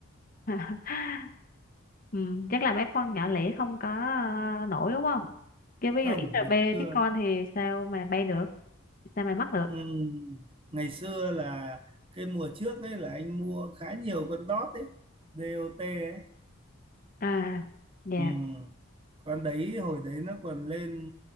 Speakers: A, on the left; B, on the right.
A: <laughs> ừ, chắc là mấy con nhỏ lẻ không có ờ, nổi đúng không chứ bây
B: không
A: giờ XRP
B: ngày xưa
A: Bitcoin thì sao mà bay được sao mà mắc được
B: ừ, ngày xưa là cái mùa trước ấy là anh mua khá nhiều con dot ấy DOT ấy
A: à dạ
B: ừ. con đấy hồi đấy nó còn lên